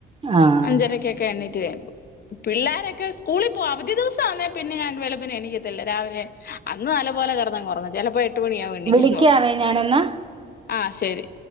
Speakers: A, on the right; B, on the left.
A: ആഹ്
B: അഞ്ചരക്കൊക്കെ എണീ റ്റ് കയ്യുമ്പം. പിള്ളാരൊക്കെ സ്കൂളിൽ പോവാ അവധി ദിവസം ആന്നേ പിന്നെ ഞാൻ വെളുപ്പിനെ എണീക്കത്തില്ല രാവിലെ അന്ന് നല്ല പോലെ കെടന്നങ്ങ് ഒറങ്ങും ചെലപ്പോ എ ട്ട് മണിയാവും എണീക്കുമ്പോ.
A: വിളിക്കാവേ ഞാനെന്നാ
B: ആഹ് ശരി